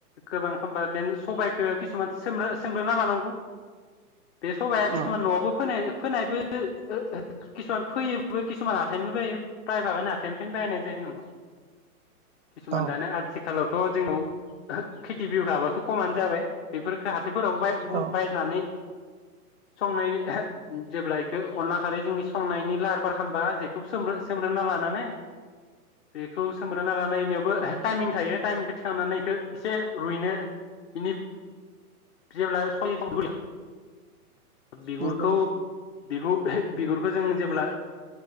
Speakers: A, on the left; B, on the right.
A: गोबां खबा बे सबायखौ खिसुमान‌ सोमग्रो सोमग्रोना लानांगौ, बे सबाया किसुमान
B: औ
A: न'आवबो फोनाय, फोनायबो ओ किसुमान फोयोबो किसुमान हाथायनिबो बायो प्रायभागानो हाथाइनिफ्रायनो बायनाय जायो नोंथां किसुमान
B: औ
A: दाना आथिखालाव, थ' जोंनाव खेथि बिहु गाबाथ' खमानो जाबाय, बेफोरफोरखो हाथाइफोरावबो बाय बु
B: औ
A: बायनानै संनायनि जेब्ला बेखौ अनला खारै जोंनि संनायनि लाहार फाहार आलामबा जेखौ सोमग्रोना लानानै बेखौ सोमब्रोना लानायनियावबो टाइमिं थायो टाइमिंखौ थिखांनानै बेखौ एसे रुइनो बिनि, जेब्लाय सन्दर गैया बिगुरखौ
B: नंगौ
A: बिखौ बिगुरखौ जोङो जेब्ला